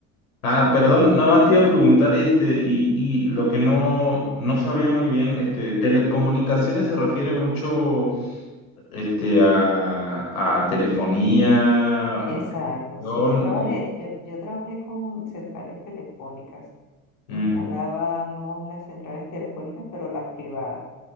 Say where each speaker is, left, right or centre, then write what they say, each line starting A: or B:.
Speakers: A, on the left (about 85°); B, on the left (about 50°).
A: Ah, perdón, nada más te iba a preguntar, este, y, y lo que no, no sabía muy bien, este, telecomunicaciones se refiere mucho, este, a, a telefonía, a
B: Exacto,
A: atención,
B: sí, yo trabajé,
A: o-
B: yo, yo trabajé con centrales telefónicas,
A: mm,
B: instalábamos las centrales telefónicas, pero las privadas.